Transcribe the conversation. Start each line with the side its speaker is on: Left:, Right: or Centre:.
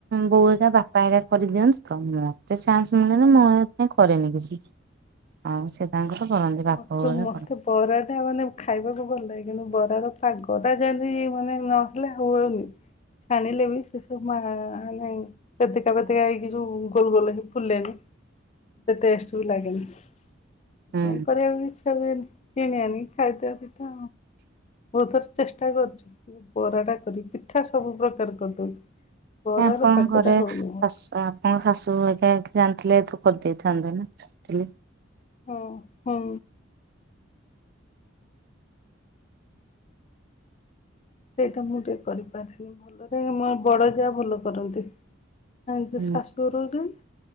Right: ବୋଉ ହେଗ ବାପା ହେ କରିଦିଅନ୍ତି କଣ ମତେ ଚାନ୍ସ ମିଳେନି
Left: ହଁ
Right: ମୁଁ ଏଥି ପାଇଁ କରେନି କିଛି ଆଉ ସେ ତାଙ୍କର କରନ୍ତି ବାପା
Left: ମତେ
Right: ବୋଉ ହେରିକା
Left: ମତେ
Right: କରନ୍ତି
Left: ବରା ଟା ମାନେ ଖାଇବାକୁ ଭଲ ଲାଗେ କିନ୍ତୁ ବ ପାଗ ଟା ଯେମିତି ମାନେ ନହେଲେ ହୁଉନି। ଛାଣିଲେ ବି ସେ ସବୁ ମା ମାନେ ବେଦକା ଫେଦକା ହେଇକି, ଯୋଉ ଗୋଲ ଗୋଲ ହେଇ ଫୁଲେନି ସେତେ ଟେଷ୍ଟିବ ଲାଗେନ ସେଥିପାଇଁ
Right: ହୁଁ
Left: କରିବାକୁ ଇଚ୍ଛା ହୁଏନି, କିଣିବାନି ଖାଇଦ ପଇଟା ବଥର ଚେଷ୍ଟା କରୁଛି ପରରା ଟା କରିି ପିଠା ସବୁ ପ୍ରକାର କରିଦଉଛି ବରାର
Right: ଆପଣଙ୍କ
Left: ପାଗଟା
Right: ଘରେ
Left: ହଉନି
Right: ଶଶ
Left: ମୋର।
Right: ଆପଣଙ୍କ ଶାଶୁ ଏକା ଯାଆନ୍ତି। ତ କରିଦେଇଥାନ୍ତେ ନା।
Left: ହଁ ହୁଁ। ସେଇଟା ମୁଁ ଟିକେ କରିପାରେନି, ଭଲରେ ମୋ ବଡ ଯାହା ଭଲ କରନ୍ତି। ଆ
Right: ହୁଁ
Left: ଶାଶୁଘ ରହୁଛନ୍ତି,